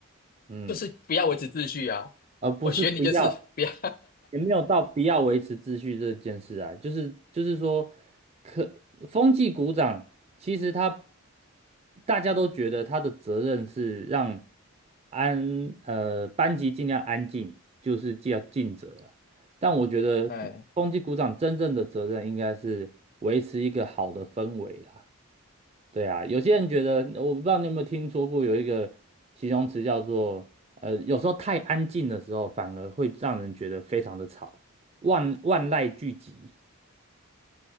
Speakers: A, on the right; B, on the left.
A: 嗯。
B: 就是不要维持秩序啊！
A: 而不是不要，
B: 我学你就是不要，
A: 也没有到不要维持秩序这件事啊，就是就是说，可风纪股长其实他大家都觉得他的责任是让安呃班级尽量安静，就是要尽责啊。但我觉得风纪股长真正的责任应该是维持一个好的氛围啦。
B: <laughs> 哎
A: 对啊，有些人觉得，我不知道你有没有听说过有一个形容词叫做，呃，有时候太安静的时候，反而会让人觉得非常的吵，万万籁俱寂。